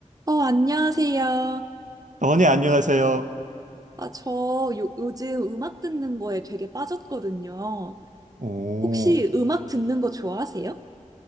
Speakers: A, on the right (about 30°); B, on the right (about 70°).
A: 어, 안녕하세요.
B: 어, 네, 안녕하세요.
A: 아, 저 요, 요즘 음악 듣는 거에 되게 빠졌거든요.
B: 오,
A: 혹시 음악 듣는 거 좋아하세요?